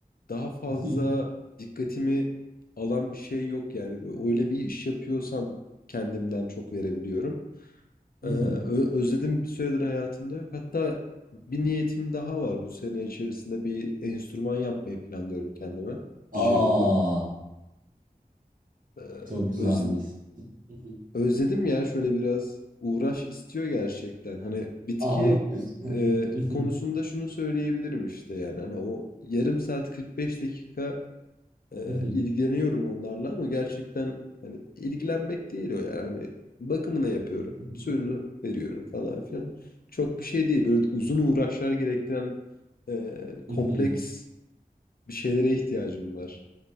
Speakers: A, on the left; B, on the right.
A: daha fazla
B: mhm,
A: dikkatimi alan bir şey yok yani. Öyle bir iş yapıyorsam kendimden çok verebiliyorum.
B: mhm.
A: Ee, ö- özledim bir süredir hayatımda yok. Hatta bir niyetim daha var. Bu sene içerisinde bir enstrüman yapmayı planlıyorum kendime.
B: Aa.
A: Didgeridoo. Ee,
B: Çok güzelmiş.
A: öz-
B: Mhm.
A: Özledim ya şöyle biraz uğraş istiyor gerçekten. Hani bitki
B: Aa. es- mhm,
A: e,
B: mhm,
A: konusunda şunu söyleyebilirim işte yani. Hani o yarım saat 45 dakika e,
B: mhm,
A: ilgileniyorum onlarla ama gerçekten hani ilgilenmek değil o yani. Hani bakımını yapıyorum,
B: mhm,
A: suyunu veriyorum falan filan. Çok bir şey değil. Böyle uzun uğraşlar gerektiren e,
B: mhm.
A: kompleks bir şeylere ihtiyacım var.